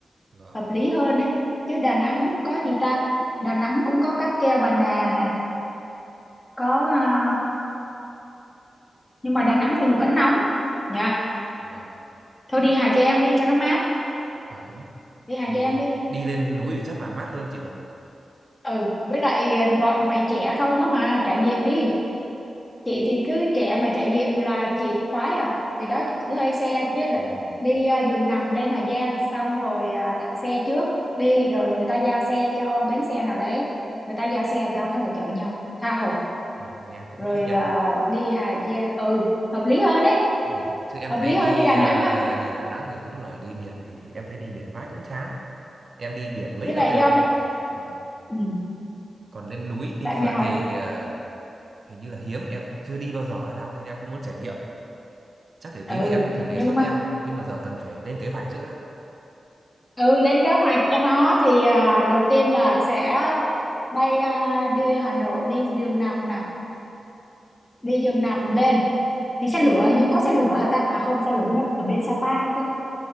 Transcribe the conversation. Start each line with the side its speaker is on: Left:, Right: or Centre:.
Right: vâng
Left: hợp lý hơn ấy chứ Đà Nẵng có gì ta Đà Nẵng cũng có cáp treo Bà Nà này có à, nhưng mà Đà Nẵng thì vẫn nóng nha
Right: vâng
Left: thôi đi Hà Giang đi cho nó mát
Right: à đúng
Left: đi Hà
Right: đi
Left: Giang đi
Right: đi lên núi thì chắc là mát hơn chị nhỉ
Left: ừ với lại à, bọn mày trẻ không á mà trải nghiệm đi chị thì cứ trẻ mà trải nghiệm là chị khoái à thì đó thuê xe chứ là
Right: ừ,
Left: đi à, giường nằm lên Hà Giang xong rồi à, đặt xe trước đi rồi người ta giao xe cho bến xe nào đấy người ta giao xe cho thế là chở nhau tha hồ
Right: ừ nghe cũng
Left: rồi
Right: thích nhỉ
Left: à, đi Hà Giang ừ hợp lý hơn đấy
Right: Vâng, chứ em
Left: hợp
Right: thấy
Left: lý hơn
Right: đi
Left: đi Đà
Right: ờ,
Left: Nẵng á
Right: đi Đà Nẵng thì cũng là đi biển thì em thấy đi biển mãi cũng chán. Em đi biển mấy
Left: với lại
Right: nơi
Left: do
Right: rồi. Vâng.
Left: ừ,
Right: Còn lên núi đi
Left: tại
Right: phượt
Left: mày hỏi
Right: thì ờ, hình như là hiếm em chưa đi bao giờ hay sao nên em cũng muốn trải nghiệm. Chắc để
Left: ừ
Right: tí nữa em thử đề
Left: nhưng
Right: xuất
Left: mà
Right: xem, nhưng mà giờ cần phải lên kế hoạch trước á.
Left: ừ lên kế hoạch cho nó thì à, đầu tiên là sẽ bay à, đi Hà Nội đi giường nằm nè đi giường nằm lên thì xe lửa hình như có xe lửa hả ta à không xe lửa nó ở bên Sapa cơ